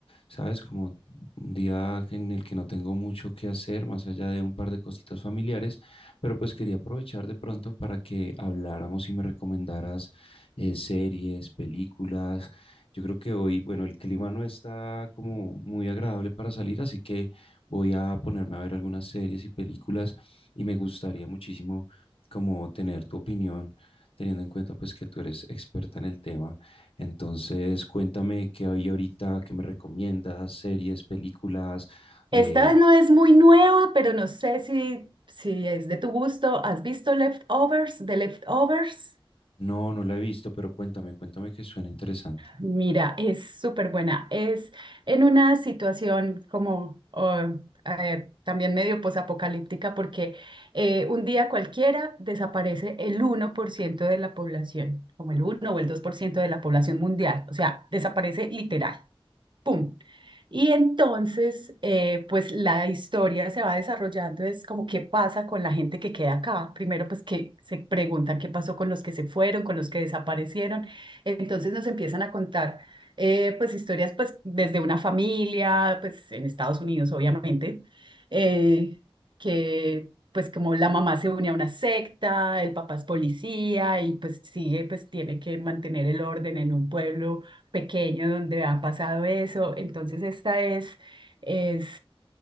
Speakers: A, on the left (about 75°); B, on the right (about 55°).
A: sabes, como un día en el que no tengo mucho que hacer, más allá de un par de cositas familiares, pero pues quería aprovechar de pronto para que habláramos y me recomendaras eh, series, películas. Yo creo que hoy, bueno, el clima no está como muy agradable para salir, así que voy a ponerme a ver algunas series y películas y me gustaría muchísimo como tener tu opinión, teniendo en cuenta pues que tú eres experta en el tema. Entonces, cuéntame qué hay ahorita, qué me recomiendas, series, películas. Eh,
B: Esta no es muy nueva, pero no sé si, si es de tu gusto. ¿Has visto Leftovers, de Leftovers?
A: no, no la he visto, pero cuéntame, cuéntame que suena interesante.
B: Mira, es súper buena. Es en una situación como oh, eh, también medio posapocalíptica porque eh, un día cualquiera desaparece el uno por ciento de la población, como el uno o el 2% de la población mundial. O sea, desaparece literal. ¡Pum! Y entonces, eh, pues la historia se va desarrollando, es como qué pasa con la gente que queda acá. Primero, pues que se preguntan qué pasó con los que se fueron, con los que desaparecieron. Entonces nos empiezan a contar, eh, pues historias, pues desde una familia, pues en Estados Unidos, obviamente, eh, que pues como la mamá se une a una secta, el papá es policía y pues sigue, pues tiene que mantener el orden en un pueblo pequeño donde ha pasado eso. Entonces, esta es, es,